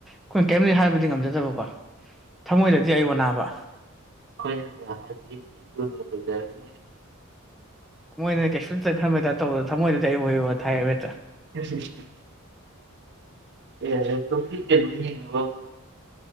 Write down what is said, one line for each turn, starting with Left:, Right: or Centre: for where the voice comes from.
Centre: ꯑꯩꯈꯣꯏꯅ ꯀꯔꯤꯝꯇꯗꯤ ꯍꯥꯏꯕꯗꯤ ꯉꯝꯖꯗꯕꯀꯣ ꯊꯃꯣꯏꯗꯗꯤ ꯑꯩ ꯑꯣꯅꯥꯕ
Right: ꯍꯣꯏꯅ ꯍꯥꯏꯗꯤ ꯇꯧꯖꯔ <inaudible>
Centre: ꯃꯣꯏꯅ ꯀꯩꯁꯨ ꯈꯔꯕ ꯇꯧꯗꯅ ꯊꯃꯣꯏꯗꯗꯤ ꯑꯩ ꯍꯣꯏ ꯊꯥꯏ ꯍꯦꯛꯇ
Right: <unintelligible> ꯑꯦꯦꯤ ꯌꯦꯕ <inaudible>